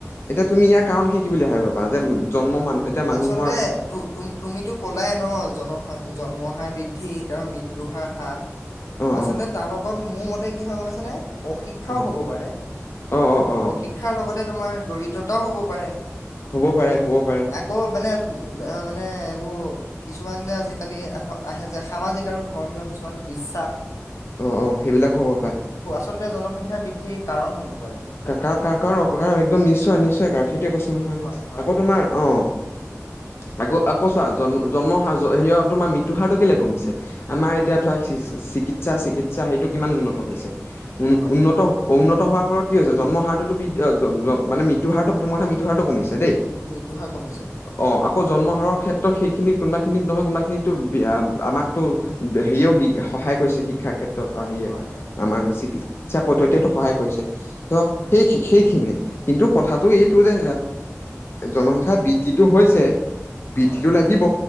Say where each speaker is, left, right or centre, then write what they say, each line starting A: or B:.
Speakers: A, on the left; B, on the left.
A: এতিয়া তুমি ইয়াৰ কাৰণ কি কি বুলি ভাবিব পাৰা যে জন্ম মানুহ এতিয়া মানুহৰ
B: আচলতে তু তুম তুমিতো ক'লাই ন জনস জন্মহাৰ বৃদ্ধি তেওঁ মৃত্যু হাৰ হাস
A: অ'
B: আচলতে
A: অ'
B: তাৰ লগত মোৰ মতে কি হয় গম পাইছানে অশিক্ষাও
A: অ'
B: হ'ব পাৰে
A: অ' অ' অ'
B: অশিক্ষাৰ লগতে তোমাৰ দৰিদ্ৰতাও হ'ব পাৰে
A: হ'ব পাৰে হ'ব পাৰে
B: আকৌ মানে মানে এইবোৰ কিছুমান যে আজিকালি আহ আহে যে সামাজিক আৰু ধৰ্মীয় কিছুমান বিশ্বাস
A: অ অ সেইবিলাকো হ'ব পাৰে
B: আচলতে জনসংখ্যা বৃদ্ধিৰ কাৰণসমূহ
A: কা কা কাৰ ক একদম নিশ্চয় নিশ্চয় কাৰ সেইটোৱে কৈছো নহয়
B: হয়, হয়,
A: আকৌ তোমাৰ অ আকৌ আকৌ চোৱা জন্ম হাৰ হেৰিয়ত তোমাৰ মৃত্যু হাৰটো কেলে কমিছে আমাৰ এতিয়া
B: হয়,
A: ধৰা চিকিৎ সা চিকিৎসা সেইটো কিমান উন্নত হৈছে উ
B: হয়,
A: উন্নত
B: হয়।
A: উন্নত হোৱাৰ ফলত কি হৈছে জন্ম হাৰটোতো বি মানে মৃত্যু হাৰটো প্ৰথম কথা মৃত্যু হাৰটো কমিছে দেই
B: মৃত্যু হাৰ কমিছে হয়
A: অ আকৌ জন্ম হাৰৰ ক্ষেত্ৰত সেইখিনিত কোনোবা খিনিত নহয় কোনোবা খিনিতো আমাকতো হেৰিয়ও বি সহায় কৰিছে শ শিক্ষাৰ ক্ষেত্ৰত আহিয়ে
B: হয়, হয়, হয়,
A: আমাৰ চিকিৎ ইচ্ছা পদ্ধতিয়েতো সহায় কৰিছে ত
B: কৰিছে
A: সেই
B: নিশ্চয়।
A: সেইখিনিয়ে কিন্তু কথাটো এইটো
B: হয়,
A: যে জনসংখ্যা বৃদ্ধিটো হৈছে বৃদ্ধিটো
B: হয়,
A: লাগিব